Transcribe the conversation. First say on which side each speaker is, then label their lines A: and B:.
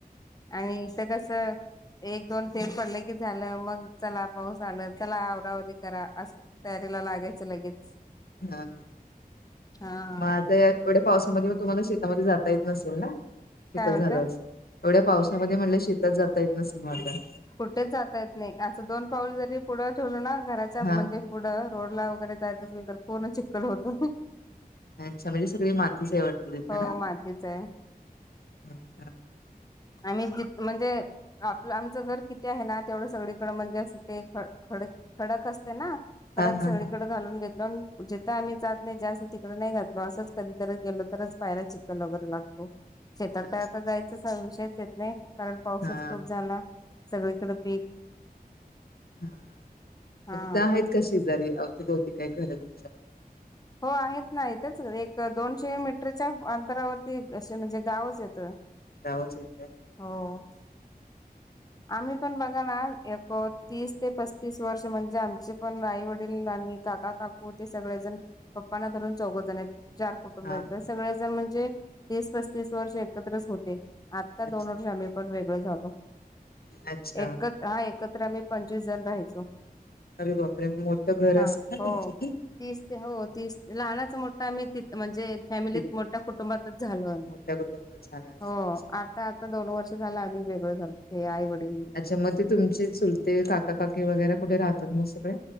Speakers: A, on the left; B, on the left.
A: आणि इथ कस एक दोन तेेट पडले की झालं मग चला पाऊस आलं चला आवरावर करा असं तयारीला लागायचं लगेच
B: हा
A: हा
B: मग आता एवढ्या पावसामध्ये मग तुम्हाला शेतामध्ये जाता येत नसेल ना
A: काय
B: शेत
A: म्हणता
B: झाला एवढ्या पावसामध्ये म्हण शेतात जाता येत नसेल मग आता
A: कुठेच जाता येत नाही असं दोन पाऊल जरी पुढं ठेवल ना घराच्या म्हणजे
B: हा
A: पुढं रोड ला वगैरे जायच असेल तर पूर्ण चिकखल होत
B: अच्छा म्हणजे सगळी मातीचही वाटते तथ
A: हो
B: ना
A: मातीच आहे
B: अच्छा
A: आम्ही ज म्हणजे आपलं आमचं घर किती आहे ना तेवढं सगळीकडं म्हणजे असं ते ख खड खडक असते ना खडक
B: हा हा
A: सगळीकडे
B: हा
A: घालून घेतो जिथं आम्ही जात नाही जास्त तिकडे नाही घातलो असंच कधीतरी गेलो तर पायला चिकन वगैरे लागतो शेतात
B: अच्छा
A: तर आता जायचं विषयच येत नाही कारण पाऊसच
B: हा
A: खूप झाला सगळीकडें पीक
B: हा
A: हा
B: फक्त आहेत का शेजारी अवतीभोवती काय घर तुमच्या
A: हो आहेत ना इथच एक दोनशे मीटरच्या अंतरावरती असे म्हणजे गावच येतं
B: जावच येत
A: हो आम्ही पण बघा ना एक तीस ते पस्तीस वर्ष म्हणजे आमचे पण आई वडील आणि काका काकू ते सगळे जण पप्पांना धरून चौघजण आहेत चार कुटुंब
B: हा
A: सगळ म्हणजे तीस पस्तीस वर्ष एकत्रच होते आता दोन
B: अच्छा
A: वर्ष आम्ही पण वेगळ झालो
B: अच्छा
A: एकत हा एकत्र आम्ही पंचवीस जण राहायचो
B: अरे बापरे मोठं घर
A: हा
B: असेल ना
A: हो
B: तुमचं
A: तीस ते हो तीस लहनाच मोठा आम्ही ति म्हणजे फॅमिलीत
B: खूप
A: मोठ्या कुटुंबातच झालो
B: मोठ्या कुटुंबात झाला असेल.
A: हो आ आ आता दोन वर्ष झालं आणि वेगळं झालं हे आईवडील
B: त्याच्यामध्ये ते तुमचे चुलते काकाकाकी वगैरे कुठे राहतात मग सगळे